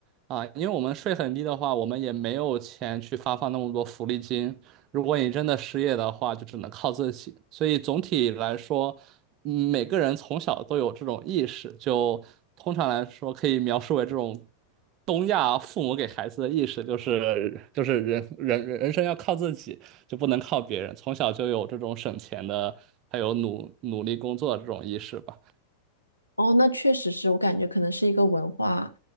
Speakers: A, on the right; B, on the left.
A: 啊，因为我们税很低的话，我们也没有钱去发放那么多福利金，如果你真的失业的话，就只能靠自己。所以总体来说，嗯，每个人从小都有这种意识，就通常来说可以描述为这种东亚父母给孩子的意识，就是就是人人人人生要靠自己，就不能靠别人。从小就有这种省钱的，还有努努力工作的这种意识吧。
B: 哦，那确实是我感觉可能是一个文化，